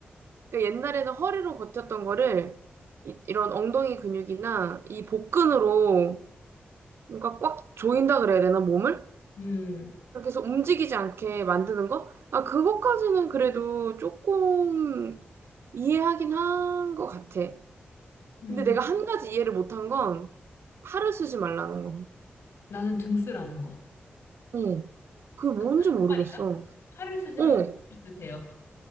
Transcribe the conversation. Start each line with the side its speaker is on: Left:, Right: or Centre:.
Right: 그러니까 옛날에는 허리로 버텼던 거를 이, 이런 엉덩이 근육이나 이 복근으로 뭔가 꽉 조인다 그래야 되나 몸을?
Left: 음,
Right: 계속 움직이지 않게 만드는 거? 아, 그것까지는 그래도 조금 이해하긴 한 것 같아.
Left: 음,
Right: 근데 내가 한 가지 이해를 못 한 건 팔을 쓰지 말라는 거.
Left: 나는 등 쓰라는 거.
Right: 어, 그게
Left: 같은
Right: 뭔지 모르겠어.
Left: 말인가? 팔을 쓰지
Right: 어,
Left: 말고 등을 쓰세요.